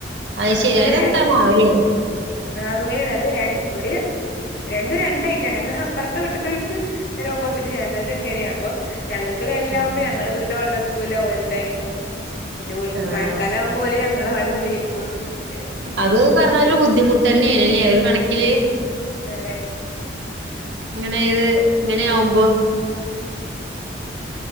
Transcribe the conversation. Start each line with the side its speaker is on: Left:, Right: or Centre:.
Right: അത്
Left: അങ്ങനായിട്ട്
Right: ശരിയാലെന്താ മാവിലെയാ അത്
Left: ആ അങ്ങനെയാണ് അത് ര ഒരു രണ്ടും രണ്ടായി. ഞങ്ങ അപ്പുറത്തെ വീട്ടിത്തെ ക്ക് നേരെ ഓപ്പോസിറ്റ്, ഞങ്ങക്ക് ഇങ്ങനെയാ. അപ്പൊ ഞങ്ങക്ക് വേനലാകുമ്പോ
Right: ആഹ്
Left: ഞങ്ങളിവിടുത്തെ വെള്ളം എടുത് ക്കൂല ഓലതായിരിക്കും പിന്നെ ഓല്ക്ക്
Right: ആഹ്
Left: മയക്കാല ആവുമ്പോ ഓല് ഞ നിങ്ങളെ വെള്ളം ഉപയോഗിക്കും അങ്ങനെ
Right: അത് പറഞ്ഞാല് ഒരു ബുദ്ധിമുട്ട് തന്നെയാണല്ലേ? ഓ കണക്കില്
Left: ഉം ഉം അതെ ല്ലേ
Right: ഇങ്ങനെ ഇത് ഇങ്ങനെ ആവുമ്പോ
Left: ഉം ഉം